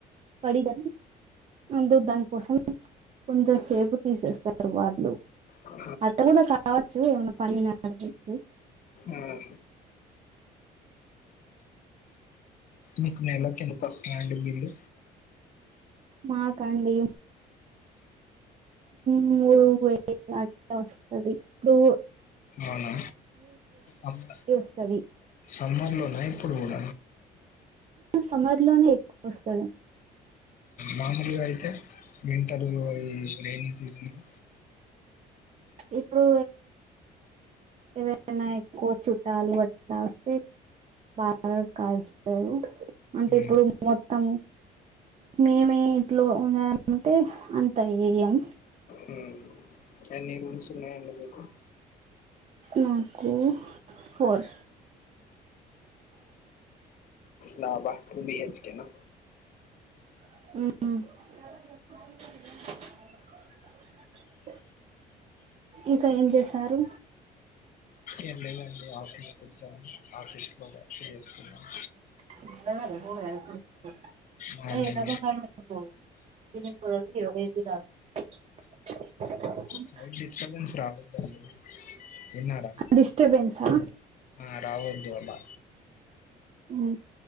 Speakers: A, on the right (about 40°); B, on the left (about 50°).
A: పడి దాని అందుకు దానికోసం కొంచెం సేపు తీసేస్తారు. వాళ్ళు
B: ఆ,
A: అట్ల కూడా కావచ్చు ఏమైనా పని ఉన్నట్లయితే <inaudible>
B: ఆ, మీకు నెలకు ఎంత ఆస్తుందండీ బిల్లు
A: మాకా అండి మూడు వేలు అంత వస్తది టూ
B: అవునా అంత
A: వస్తది
B: సమ్మర్ లో నైయితే అప్పుడుగూడ
A: సమ్మర్ లోనే ఎక్కువ వస్తది
B: మామూలుగా అయితే వింటర్ లో రెయినీ సీజన్ లో
A: ఇప్పుడు ఎవరైనా ఎక్కువ చుట్టాలు అట్లా వస్తే బాగా కాలుస్తారు అంటే
B: ఉమ్,
A: ఇప్పుడు మొత్తం మేమే ఇంట్లో ఉన్నా అంటే అంత వెయ్యం
B: ఉమ్ ఎన్ని రూమ్స్ ఉన్నాయండీ మీకు
A: మాకు ఫోర్
B: డాబా టూ బి హెచ్ కే నా
A: <unintelligible> ఇంకా ఏం చేశారు
B: ఏం లేదండి ఆఫీస్కి వచ్చాను ఆఫీస్లో వర్క్ చేసుకున్నాం
A: <unintelligible>
B: మార్నింగ్
A: <unintelligible>
B: సైడ్ డిస్టర్బెన్స్ రావద్దండి విన్నారా
A: డిస్టర్బెన్సా
B: ఆ రావద్దు అలా
A: ఉహు